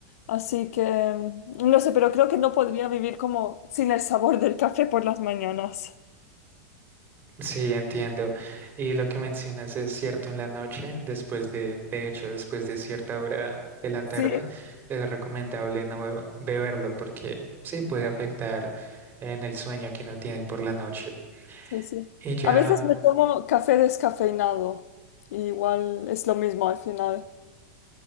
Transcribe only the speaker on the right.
Sí, entiendo. Y lo que mencionas es cierto en la noche, después de, de hecho, después de cierta hora de la tarde,
es recomendable no be- beberlo porque sí puede afectar en el sueño que uno tiene por la noche.
Y ya,